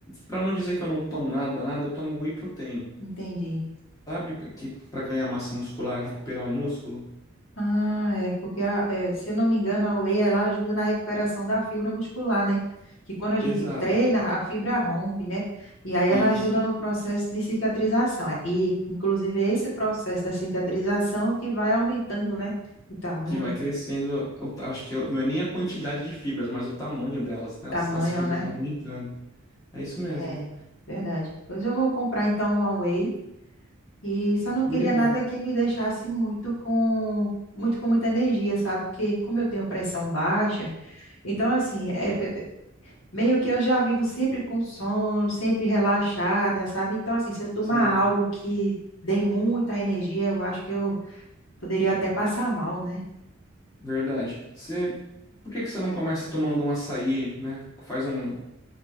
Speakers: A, on the left (about 15°); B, on the left (about 75°).
A: pra não dizer que eu não tomo nada, nada, eu tomo whey protein,
B: entendi.
A: sabe? Que para ganhar massa muscular, recuperar o músculo.
B: Ah, é porque a- é, se eu não me engano, a whey ela ajuda na recuperação da fibra muscular, né? Que quando a gente
A: Exato.
B: treina, a fibra rompe, né? E aí ela
A: E
B: ajuda
A: isso
B: no processo de cicatrização. E inclusive é esse processo da cicatrização que vai aumentando, né? O tamanho,
A: que vai
B: né?
A: crescendo, eu acho que eu- não é nem a quantidade de fibras, mas o tamanho delas, né?
B: Tamanho,
A: As, as fibras
B: né?
A: vão aumentando. É isso mesmo.
B: É, verdade. Pois eu vou comprar então uma whey e só não queria
A: Whey é bom.
B: nada que me deixasse muito com muito com muita energia, sabe? Porque como eu tenho pressão baixa, então assim, é, é, Meio que eu já vivo sempre com sono, sempre relaxada, sabe? Então, assim, se eu tomar
A: Sim.
B: algo que dê muita energia, eu acho que eu poderia até passar mal, né?
A: Verdade. Você, por que que você não começa tomando um açaí, né? Faz um-